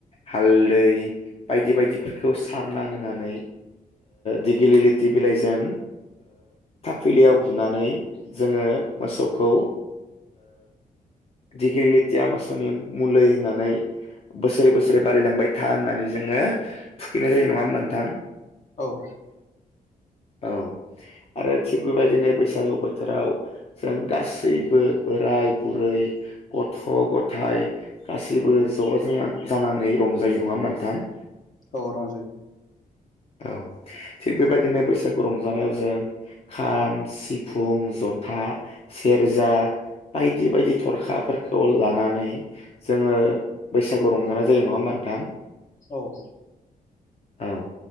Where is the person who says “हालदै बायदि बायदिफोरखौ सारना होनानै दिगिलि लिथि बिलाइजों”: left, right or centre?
Left